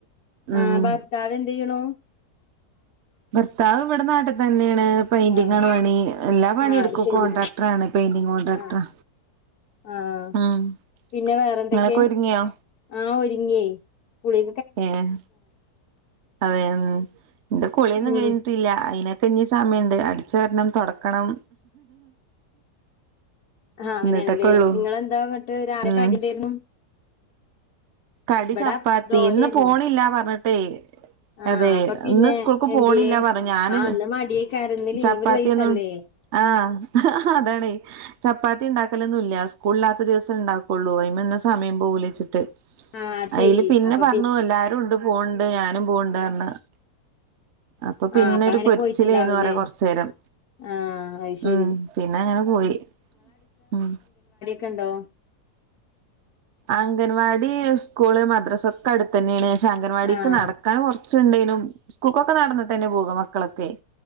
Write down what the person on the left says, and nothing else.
ആഹ് ഭർത്താവ് എന്തെയ്യണൂ
ആഹ്
ആഹ്
ശരി
ആഹ് ആഹ്
പിന്നെ വേറെന്തൊക്കെ
ആഹ് ഒരുങ്ങിയേ കുളി
ഉം
ആഹ് അങ്ങനെയാണല്ലേ
നിങ്ങളെന്താ എന്നിട്ട് രാവിലെ
കടി എന്തായിരുന്നു
ഇവിടെ
ദോശയായിരുന്നു
ആഹ്
അപ്പൊ പിന്നെ
എന്തിയേ
ആഹ് ഇന്ന് മടിയേക്കാരം ഇന്ന് ലീവുള്ള
ദിവസല്ലേ
ആഹ് ശരി
അപ്പൊ
ആഹ്
അങ്ങനെ
പോയിട്ടുണ്ടാവൂലേ
ആഹ് അത് ശരി
കണ്ടോ
ആഹ്